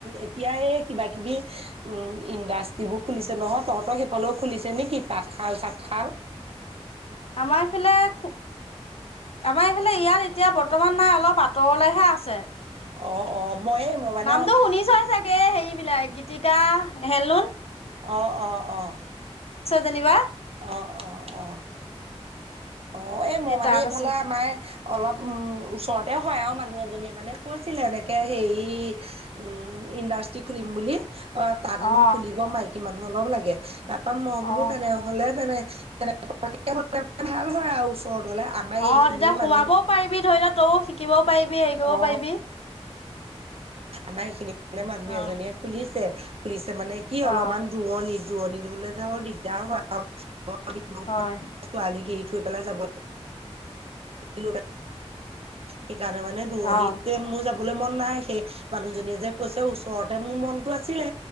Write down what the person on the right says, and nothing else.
এতিয়া এই কিবা কিবি উম ইণ্ডাষ্ট্ৰ্ৰীবোৰ খুলিছে নহয় তহঁতৰ সেইফালেও খুলিছে নে কি তাঁত খাল চাত খাল।
অ অ ময়ে মই মানে
অ
অ অ অ।
অ অ অ অ এই
মোৰ মানে
এইফালে
আমাৰ অলপ উম ওচৰতে হয় আৰু মানুহ এজনীয়ে মানে কৈছিলে এনেকে হেৰি উম ইণ্ডাষ্ট্ৰি খুলিম বুলি অ তাত হেনো
খুলিব মাইকী মানুহ অলপ লাগে তাৰ পৰা মই বোলো
তেনেহলে তেনে। তেনে ভাল হয় আৰু। ওচৰত হলে আমাৰ
এইখিনিয়ে
মানুহে
অ
আমাৰ এইখিনি মানে মানুহ
এজনীয়ে খুলিছে খুলিছে মানে কি অলপমান
দূৰনি দূৰণি ধলে ধ দিগদাৰ হয় আৰু বি
ছোৱালী কেই <unintelligible> থ পেলাই যাব ল সকাৰণে <unintelligible> <unintelligible>
ৰহণী
তে মই যাব। <unintelligible> কৰিবলৈ মন নাই সেই মানুহজনীয়ে যে কৈছে ওচৰতে মোৰ মনটো আছিলে।